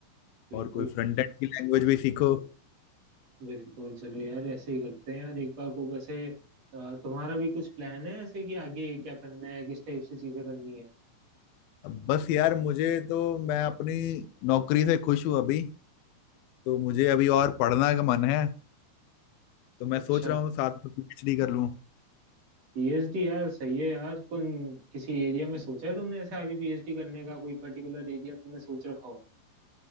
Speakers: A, on the right; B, on the left.
A: बिल्कुल
B: और कोई फ्रंट एंड की लैंग्वेज भी सीखो
A: बिल्कुल चलो यार ऐसे ही करते हैं यार एक बार को वैसे अ, तुम्हारा भी कुछ प्लान है ऐसे कि आगे क्या करना है किस टाइप से चीजें करनी है
B: अब बस यार मुझे तो मैं अपनी नौकरी से खुश हूँ अभी तो मुझे अभी और पढ़ना का मन है तो मैं
A: अच्छा
B: सोच रहा हूँ साथ में पीएचडी कर लूँ
A: पीएचडी यार सही है यार कौन किसी एरिया में सोचा है तुमने ऐसे आगे पीएचडी करने का कोई पर्टिकुलर एरिया तुमने सोच रखा हो